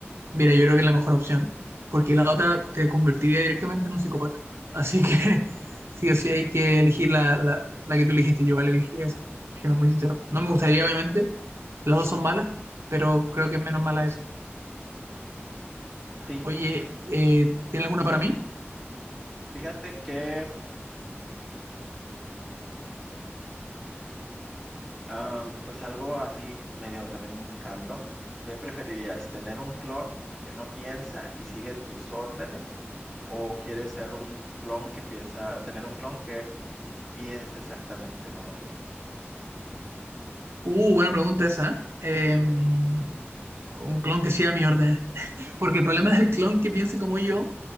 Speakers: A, on the right (about 70°); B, in the centre.
A: Mira, yo creo que es la mejor opción, porque la otra te convertiría directamente en un psicópata. Así que <laughs> sí o sí
B: Sí.
A: hay que elegir la, la, la que tú elegiste, yo vale elegiría esa, siendo muy sincero. No me gustaría, obviamente, las dos son malas, pero creo que es menos mala esa.
B: Sí,
A: Oye, eh, ¿tiene alguna para mí?
B: fíjate que, am, pues algo así medio también random. ¿Qué preferirías? ¿Tener un clon que no piensa y sigue tus órdenes? ¿O quieres ser un clon que piensa, tener un clon que piensa exactamente como tú.
A: Uh, buena pregunta esa. ¿eh? Em, un clon que siga mi orden. Porque el problema del clon que piense como yo